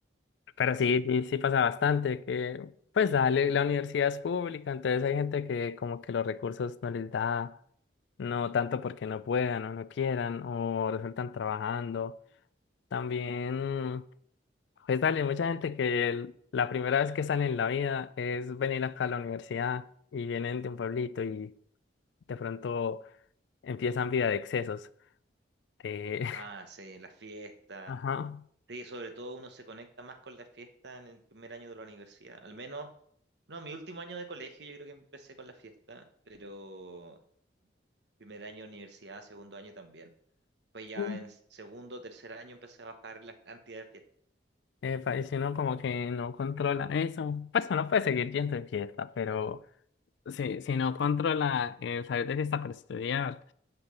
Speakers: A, on the left; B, on the right.
A: Pero
B: Sí.
A: sí, sí, sí pasa bastante que, pues dale, la universidad es pública, entonces hay gente que como que los recursos no les da, no tanto porque no puedan o no quieran o resultan trabajando. También. Pues dale, mucha gente que el- la primera vez que salen en la vida es venir acá a la universidad y vienen de un pueblito y de pronto empiezan vida de excesos. de- <laughs>
B: Ah, sí, las fiestas.
A: Ajá.
B: Sí, sobre todo uno se conecta más con las fiestas en el primer año de la universidad. Al menos, no, mi último año de colegio yo creo que empecé con la fiesta, pero primer año de universidad, segundo año también. Pues ya
A: Mm.
B: en segundo, tercer año empecé a bajar la cantidad de fiestas.
A: Epa, y si uno como que no controla eso, pues uno puede seguir yendo de fiesta, pero si, si no controla el salir de fiesta para estudiar,